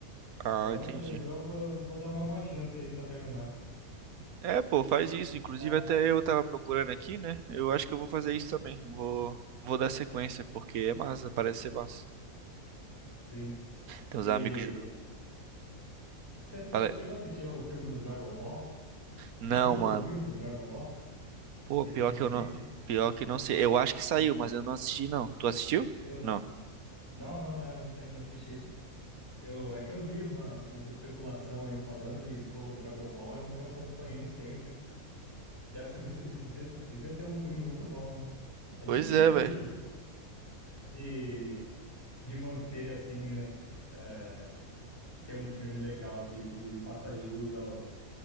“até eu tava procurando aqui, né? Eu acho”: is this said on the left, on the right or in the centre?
Right